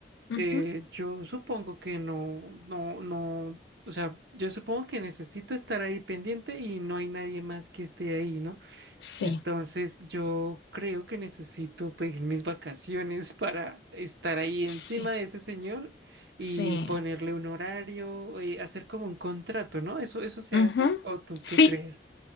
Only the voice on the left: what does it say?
ujú.
Sí,
sí,
sí.
Ujú.
Sí.